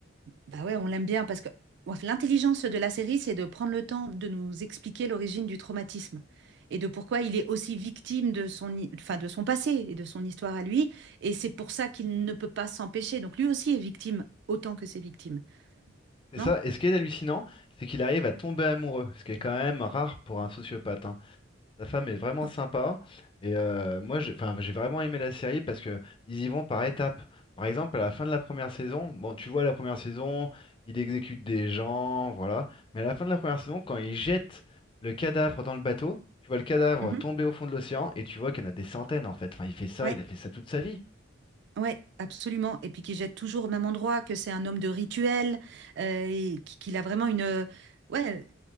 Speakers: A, on the right; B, on the left.
A: Bah ouais, on l'aime bien parce que bon, l'intelligence de la série, c'est de prendre le temps de nous expliquer l'origine du traumatisme et de pourquoi il est aussi victime de son, hi- enfin, de son passé et de son histoire à lui. Et c'est pour ça qu'il ne peut pas s'empêcher. Donc lui aussi est victime autant que ses victimes,
B: C'est
A: non?
B: ça, et ce qui est hallucinant, c'est qu'il arrive à tomber amoureux, ce qui est quand même rare pour un sociopathe, hein. Sa femme est vraiment
A: Bon,
B: sympa. Et euh, moi, j'ai enfin, j'ai vraiment aimé la série parce que ils y vont par étapes. Par exemple, à la fin de la première saison, bon, tu vois, la première saison, il exécute des gens, voilà. Mais à la fin de la première saison, quand il jette le cadavre dans le bateau, tu vois le cadavre
A: Mhm.
B: tomber au fond de l'océan et tu vois qu'il y en a des centaines en fait. Enfin, il fait ça,
A: Ouais.
B: il a fait ça toute sa vie.
A: Ouais, absolument. Et puis qui jette toujours au même endroit, que c'est un homme de rituel, euh, et qu- qu'il a vraiment une, euh, ouais,